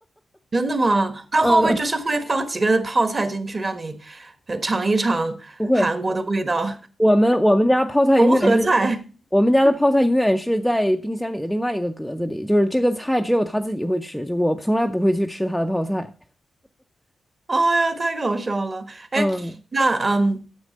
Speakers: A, on the right; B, in the centre.
A: 真的吗？他会不会就是会放几个泡菜进去，
B: 嗯，
A: 让你呃尝一尝韩国的味道？
B: 不会，我们我们家泡菜永远是
A: <laughs> 融合菜？
B: 我们家的泡菜永远是在冰箱里的另外一个格子里，就是这个菜只有他自己会吃，就我从来不会去吃他的泡菜。
A: 哎呀，太搞笑了！哎，
B: 嗯，
A: 那嗯，